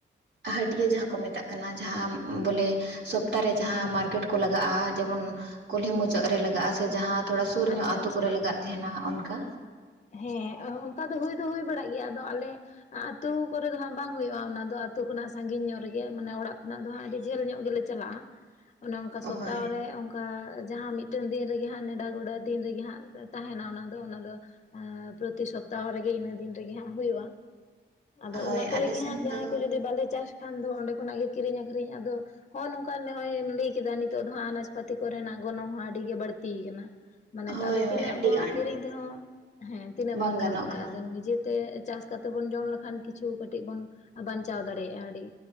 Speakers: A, on the right; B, on the left.
A: ᱦᱟᱹᱴᱤᱭᱟᱹ ᱡᱟᱦᱟᱸ ᱠᱚ ᱢᱮᱛᱟᱜ ᱠᱟᱱᱟ ᱡᱟᱦᱟᱸ ᱵᱚᱞᱮ, ᱥᱚᱯᱛᱟ ᱨᱮ ᱡᱟᱦᱟᱸ ᱢᱟᱨᱠᱮᱴ ᱠᱚ ᱞᱟᱜᱟᱜᱼᱟ, ᱡᱮᱢᱚᱱ ᱠᱩᱞᱦᱤ ᱢᱩᱪᱟᱹᱫ ᱨᱮ ᱞᱟᱜᱟᱜᱼᱟ ᱥᱮ ᱡᱟᱦᱟᱸ ᱛᱷᱚᱲᱟ ᱥᱩᱨ
B: ᱟᱪᱪᱷᱟ
A: ᱧᱚᱜ ᱟᱛᱳ
B: ᱟᱪᱪᱷᱟ
A: ᱠᱚᱨᱮ ᱞᱟᱜᱟᱜ ᱛᱮᱦᱮᱱᱟ ᱚᱱᱠᱟ?
B: ᱦᱮᱸ ᱚᱱᱠᱟ ᱫᱚ ᱦᱩᱭ ᱫᱚ ᱦᱩᱭ ᱵᱟᱲᱟᱜ ᱜᱮᱭᱟ ᱟᱫᱚ ᱟᱞᱮ ᱟᱛᱩ ᱠᱚᱨᱮ ᱫᱚ ᱦᱟᱸᱜ ᱵᱟᱝ ᱦᱩᱭᱩᱜᱼᱟ ᱚᱱᱟ ᱫᱚ ᱟᱛᱩ ᱠᱷᱚᱱᱟᱜ ᱥᱟᱺᱜᱤᱧ ᱧᱚᱜ ᱨᱮᱜᱮ ᱢᱟᱱᱮ ᱚᱲᱟᱜ ᱠᱷᱚᱱᱟᱜ ᱫᱚ ᱦᱟᱸᱜ ᱟᱹᱰᱤ ᱡᱷᱟᱹᱞ ᱧᱚᱜ ᱜᱮᱞᱮ ᱪᱟᱞᱟᱜᱼᱟ᱾ ᱚᱱᱮ ᱚᱱᱠᱟ ᱥᱚᱯᱛᱟᱦᱚ
A: ᱦᱳᱭ
B: ᱨᱮ ᱚᱱ ᱠᱟ ᱡᱟᱦᱟᱸ ᱢᱤᱫᱴᱮᱱ ᱫᱤᱱ ᱨᱮᱜᱮ ᱦᱟᱸᱜ ᱱᱮᱰᱟ ᱜᱚᱰᱟ ᱫᱤᱱ ᱨᱮᱜᱮ ᱦᱟᱸᱜ ᱛᱟᱦᱮᱸᱱᱟ ᱚᱱᱟ ᱫᱚ ᱚᱱᱟ ᱫᱚ ᱟᱸ ᱯᱨᱚᱛᱤ ᱥᱚᱯᱛᱟᱦᱚ ᱨᱮᱜᱮ ᱤᱱᱟᱹ ᱫᱤᱱ ᱨᱮᱜᱮ ᱦᱟᱸᱜ ᱦᱩᱭᱩᱜᱼᱟ᱾ ᱟᱫᱚ
A: ᱦᱳᱭ
B: ᱚᱱᱟ ᱠᱚᱨᱮ
A: ᱟᱞᱮ
B: ᱜᱮ
A: ᱥᱮᱱ
B: ᱦᱟᱸᱜ ᱡᱟᱦᱟᱸᱭ
A: ᱫᱚ
B: ᱠᱚ ᱡᱩᱫᱤ ᱵᱟᱞᱮ ᱪᱟᱥ ᱠᱷᱟᱱ ᱫᱚ ᱚᱸᱰᱮ ᱠᱷᱚᱱᱟᱜ ᱜᱮ ᱠᱤᱨᱤᱧ ᱟᱹᱠᱷᱨᱤᱧ ᱟᱫᱚ ᱦᱚᱸᱜᱼᱚ ᱱᱚᱝᱠᱟ ᱱᱚᱜᱼᱚᱭ ᱞᱟᱹᱭ ᱠᱮᱫᱟ ᱱᱤᱛᱚᱜ ᱫᱚ ᱦᱟᱸᱜ ᱟᱱᱟᱡ ᱯᱟᱹᱛᱤ ᱠᱚᱨᱮᱱᱟᱜ ᱜᱚᱱᱚᱝ ᱦᱚᱸ ᱟᱹᱰᱤ ᱜᱮ ᱵᱟᱹᱲᱛᱤ ᱠᱟᱱᱟ᱾ ᱢᱟᱱᱮ
A: ᱦᱳᱭ
B: ᱟᱫᱚ
A: ᱦᱳᱭ
B: ᱛᱤᱱᱟᱹᱜ
A: ᱟᱹᱰᱤ
B: ᱵᱚ
A: ᱟᱸᱴ
B: ᱠᱤᱨᱤᱧ
A: ᱜᱮ
B: ᱛᱮᱦᱚᱸ, ᱦᱮᱸ ᱛᱤᱱᱟᱹᱜ
A: ᱵᱟᱝ
B: ᱵᱚᱱ
A: ᱜᱟᱱᱚᱜ
B: ᱡᱚᱢ ᱫᱟᱲᱮᱭᱟᱜᱼᱟ
A: ᱠᱟᱱᱟ
B: ᱟᱫᱚ ᱱᱤᱡᱮᱛᱮ ᱪᱟᱥ ᱠᱟᱛᱮ ᱵᱚᱱ ᱡᱚᱢ ᱞᱮᱠᱷᱟᱱ ᱠᱤᱪᱷᱩ ᱠᱟᱹᱴᱤᱡ ᱵᱚᱱ ᱵᱟᱧᱪᱟᱣ ᱫᱟᱲᱮᱭᱟᱜᱼᱟ ᱟᱹᱰᱤ,